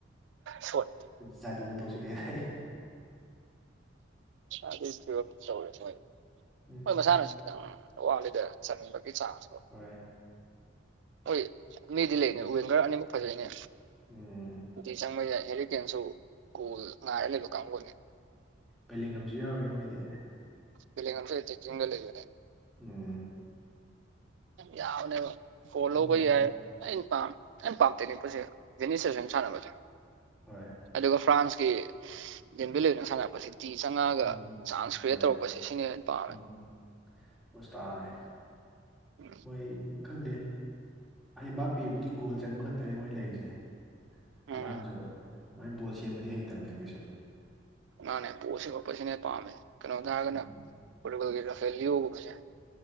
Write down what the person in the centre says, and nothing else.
ꯖꯥꯗꯨ ꯇꯧꯁꯤꯟꯂꯛꯌꯦ ꯍꯥꯢ
ꯎꯝ
ꯍꯣꯏ
ꯎꯝ
ꯃꯂꯦꯉꯝꯖꯨ ꯌꯥꯎꯔꯤ ꯃꯣꯏꯗꯤ
ꯎꯝ
ꯑꯗꯨꯝ
ꯌꯥꯎꯔꯤ
ꯍꯣꯏ
ꯎꯝ
ꯍꯣꯏ
ꯎꯝ ꯄꯣꯁ ꯇꯥꯕꯅꯦ
ꯍꯣꯏ ꯈꯪꯗꯦ ꯕꯥꯞꯄꯦꯕꯨꯗꯤ ꯒꯣꯜ ꯆꯟꯕ ꯈꯠꯇꯅꯦ ꯃꯣꯏꯅ ꯂꯩꯔꯤꯖꯦ ꯍꯂꯥꯟꯖꯨ
ꯑꯗꯨꯃꯥꯏꯅ ꯕꯣꯜ ꯁꯦꯝꯕꯗꯤ ꯍꯩꯇꯕꯅꯦ ꯀꯩꯥꯁꯨ
ꯎꯝ